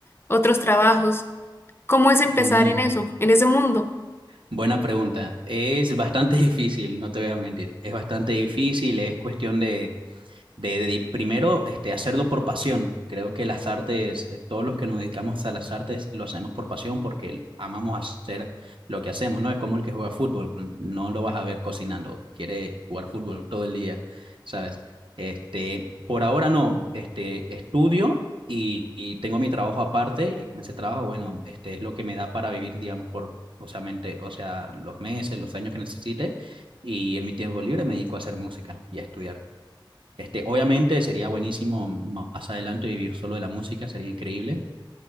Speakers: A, on the left (about 30°); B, on the right (about 75°).
A: otros trabajos. ¿Cómo es empezar
B: Mm,
A: en eso, en ese mundo?
B: buena pregunta. Es bastante <laughs> difícil, no te voy a mentir. Es bastante difícil, es cuestión de de, de primero este, hacerlo por pasión. Creo que las artes, eh, todos los que nos dedicamos a las artes lo hacemos por pasión porque amamos hacer lo que hacemos, ¿no? Es como el que juega fútbol, no lo vas a ver cocinando, quiere jugar fútbol todo el día, ¿sabes? Este, por ahora no, este, estudio y, y tengo mi trabajo aparte y con ese trabajo, bueno, este es lo que me da para vivir, digamos, por, o sea, mente- o sea, los meses, los años que necesite y en mi tiempo libre me dedico a hacer música y a estudiar. Este, obviamente sería buenísimo más adelante vivir solo de la música, sería increíble,